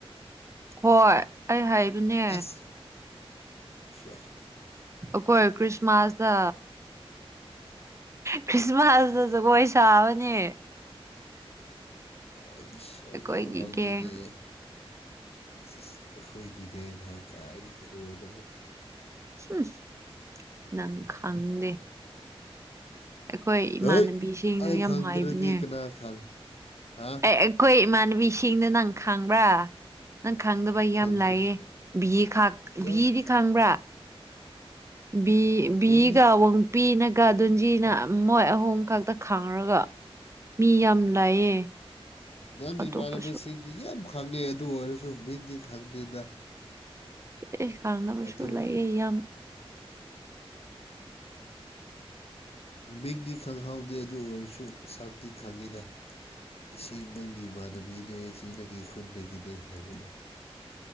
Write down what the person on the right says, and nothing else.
ꯍꯣꯏ ꯑꯩ ꯍꯥꯏꯕꯅꯦ
ꯑꯩꯈꯣꯏ ꯈ꯭ꯔꯤꯁꯃꯥꯁꯇ ꯈ꯭ꯔꯤꯁꯃꯥꯁꯇ ꯖꯀꯣꯏ ꯁꯥꯕꯅꯦ
ꯑꯩꯈꯣꯏꯒꯤ
ꯒꯦꯡ
ꯎꯝ ꯅꯪ ꯈꯪꯗꯦ ꯑꯩꯈꯣꯏ ꯏꯃꯥꯟꯅꯕꯤꯁꯤꯡꯗꯣ
ꯌꯥꯝ
ꯍꯥꯏꯕꯅꯦ
ꯑꯦ ꯑꯩꯈꯣꯏ ꯏꯃꯥꯟꯅꯕꯤꯁꯤꯡꯅ ꯅꯪ ꯈꯪꯕ꯭ꯔꯥ ꯅꯪ ꯈꯪꯗꯕ ꯑꯩ ꯌꯥꯝ
ꯂꯥꯏꯌꯦ ꯚꯤ
ꯕꯤꯗꯤ ꯈꯪꯕ꯭ꯔꯥ ꯕꯤ
ꯒꯕ <inaudible> ꯅꯨꯄꯤꯅꯒ ꯟꯖꯤꯅ ꯃꯣꯏ ꯑꯍꯣꯡ ꯈꯛꯇ ꯈꯥꯡꯔꯒ ꯃꯤ ꯌꯥꯝ ꯂꯩꯌꯦ
ꯑꯇꯣꯞꯄꯁꯨ
ꯑꯦ ꯈꯥꯡꯗꯕꯁꯨꯨ
ꯂꯩꯥꯛꯌꯦ ꯌꯥꯝ